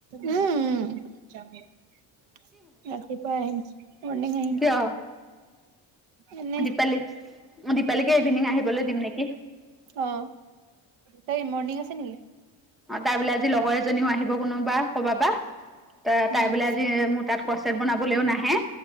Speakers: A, on the right (about 80°); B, in the centre.
A: উম উম <unintelligible> <unintelligible> ৰাতিপুৱা আহিছোঁ মৰ্নিং আহিম
B: কিয়
A: এনেই
B: দীপালী দীপালীকে ইভিনিং আহিবলৈ দিম নেকি
A: অ। তাই মৰ্ণিং আছে নেকি?
B: তাৰবোলে আজি লগৰ এজনীও আহিব কোনোবা কবাৰপা। তা তাই
A: উম
B: বোলে আজি মোৰ তাত কচেত বনাবলৈও নাহে